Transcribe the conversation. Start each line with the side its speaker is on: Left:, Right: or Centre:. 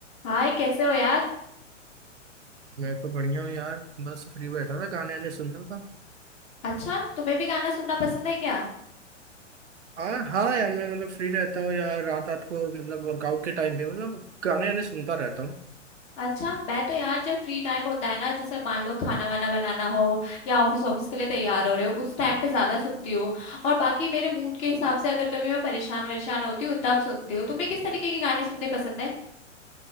Left: हाय कैसे हो यार
Right: मैं तो बढ़िया हूँ यार बस फ्री बैठा था गाने वाने सुन रहा था
Left: अच्छा तुम्हें भी गाना सुनना पसंद है क्या
Right: आ, हाँ यार मैं मतलब फ्री रहता हूँ यार रात रात को मतलब वर्कआउट के टाइम पे मतलब गाने वाने सुनता रहता हूँ
Left: अच्छा मैं तो यार जब फ्री टाइम होता है ना जैसे मान लो खाना वाना बनाना हो या ऑफिस ऑफिस के लिए तैयार हो रहे हो उस टाइम पे ज्यादा सुनती हूँ और बाकी मेरे मूड के हिसाब से अगर कभी मैं परेशान वरेशान होती हूँ तब सुनती हूँ तुम्हें किस तरीके के गाने सुनने पसंद है